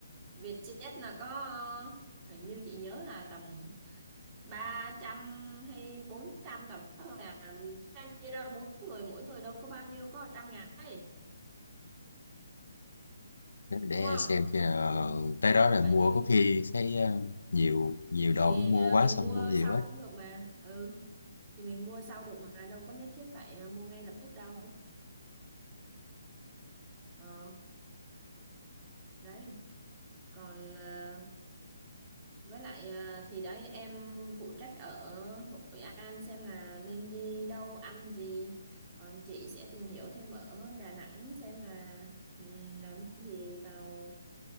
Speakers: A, on the right; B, on the left.
A: Vietjet là có ờ, hình như chị nhớ là tầm 300 hay 400 tầm đó thôi à Ra chia ra bốn người mỗi người đâu có bao nhiêu có trăm ngàn ấy
B: để
A: đúng không
B: xem khi nào
A: ừ.
B: tới đó là
A: vậy
B: mua
A: đi
B: có khi thấy ờ, nhiều nhiều đồ
A: thì
B: cũng mua
A: ờ,
B: quá
A: mình
B: xong
A: mua
B: mua nhiều
A: sau
B: ấy
A: cũng được mà ừ thì mình mua sau được mà đâu có nhất thiết phải ờ, mua ngay lập tức đâu ờ đấy còn à, Với lại à, thì đấy em phụ trách ở Hội An xem là nên đi đâu ăn gì. Còn chị sẽ tìm hiểu thêm ở Đà Nẵng xem là ừm, làm gì vào